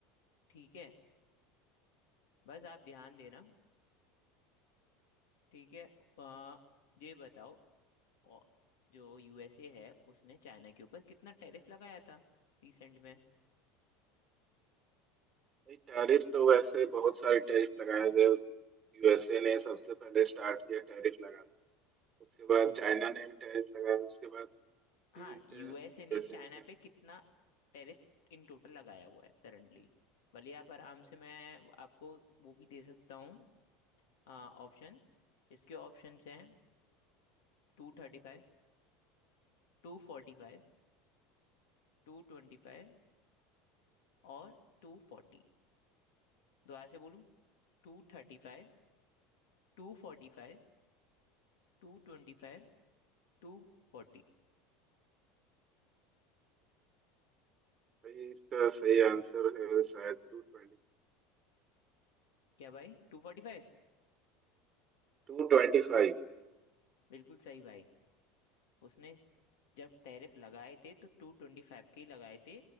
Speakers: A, on the left; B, on the right.
A: ठीक है बस आप ध्यान देना ठीक है आ, ये बताओ औ- जो यूएसए है उसने चाइना के ऊपर कितना टैरिफ लगाया था रिसेंट में
B: भाई टैरिफ तो वैसे बहुत सारे टैरिफ लगाए थे यूएसए ने सबसे पहले स्टार्ट किया टैरिफ लगाना उसके बाद
A: हम्म,
B: चाइना ने भी टैरिफ लगाया उसके बाद फिर
A: हाँ
B: से
A: यूएसए
B: यूएसए
A: ने चाइना
B: ने टैरिफ
A: पे कितना टैरिफ इन टोटल लगाया हुआ है करंटली भले आप आराम
B: लगाया
A: से मैं आपको वो भी दे सकता हूँ ऑप्शंस इसके ऑप्शंस हैं two thirty five two forty five two twenty five और टू फोर्टी दोबारा से बोलूँ two thirty five two forty five two twenty five, two forty
B: भाई इसका सही आंसर है शायद two twenty
A: क्या भाई टू फोर्टी फाइव
B: two twenty five
A: बिल्कुल सही भाई उसने स- जब टैरिफ लगाए थे तो टू ट्वेंटी फाइव के ही लगाए थे